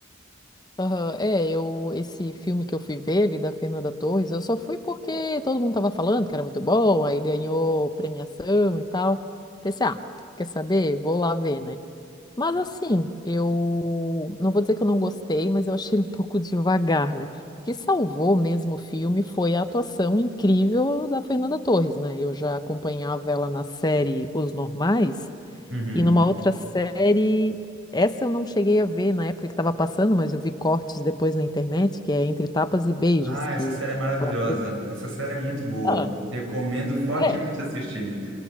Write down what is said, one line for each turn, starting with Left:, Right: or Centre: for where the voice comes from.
Left: Aham, É, eu, esse filme que eu fui ver ali da Fernanda Torres, eu só fui porque todo mundo tava falando que era muito bom, aí ganhou premiação e tal. Pensei, ah, quer saber? Vou lá ver, né? Mas assim, eu não vou dizer que eu não gostei, mas eu achei ele um pouco devagar, né? O que salvou mesmo o filme foi a atuação incrível da Fernanda Torres, né? Eu já acompanhava ela na série Os Normais
Right: Uhum.
Left: e numa outra série, essa eu não cheguei a ver na época que estava passando, mas eu vi cortes depois na internet, que é Entre Tapas e Beijos,
Right: Ah,
Left: que
Right: essa série é maravilhosa.
Left: ela fez-
Right: Essa série é muito boa.
Left: Ah,
Right: Recomendo fortemente
Left: é,
Right: assistir.